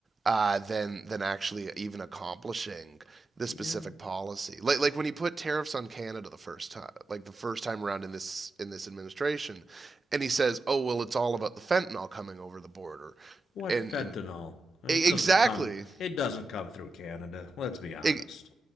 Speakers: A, on the right (about 30°); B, on the left (about 65°).
A: uh, than than actually even accomplishing the
B: Yeah.
A: specific policy. Like like when he put tariffs on Canada the first time, like the first time around in this in this administration, and he says, "Oh well, it's all about the fentanyl coming over the border,"
B: What
A: and
B: fentanyl?
A: and
B: I mean,
A: e-
B: it doesn't
A: exactly.
B: come. It doesn't come through Canada. Let's be honest.
A: E-